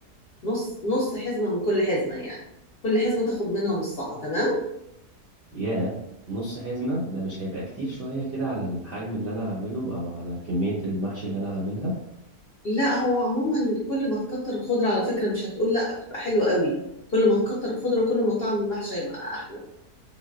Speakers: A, on the left; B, on the right.
A: نص نص حزمة من كل حزمة يعني كل حزمة تاخد منها نصها تمام
B: ياه نص حزمة ده مش هيبقى كتير شوية كده على الحجم اللي أنا هعمله أو على كمية المحشي اللي أنا هعملها
A: لا هو عموما كل ما تكتر الخضرة على فكرة مش هتقول لا بتبقى حلوة قوي كل ما تكتر الخضرة كل ما طعم المحشي هيبقى أحلى